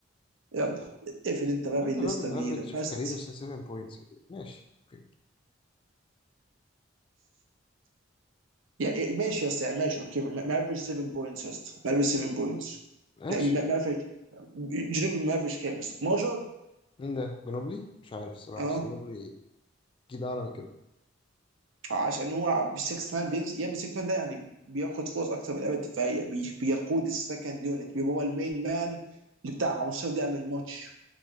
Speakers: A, on the right; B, on the left.
A: يلا اقفل انت بقى
B: يعني
A: بالليستا
B: الراجل
A: بي
B: مافريج
A: ذا بيست
B: في كاريره 7 بوينتس ماشي اوكي
A: يعني ماشي يا اسطى يعني ماشي اوكي مافريج 7 بوينتس يا اسطى مافريج 7 بوينتس
B: ماشي
A: يعني مافريج جنوب المافريج كام يا اسطى 12
B: مين ده جنوبلي مش عارف الصراحه
A: اه
B: بس جنوبلي جيل اعلى من كده
A: عشان هو بالسكس مان بينزل يا ابني السكس مان ده يعني بياخد فرص اكتر من اللعيبه الدفاعيه بي- بيقود السكند يونت بيبقى هو المين مان اللي بتاع 15 دقيقه من الماتش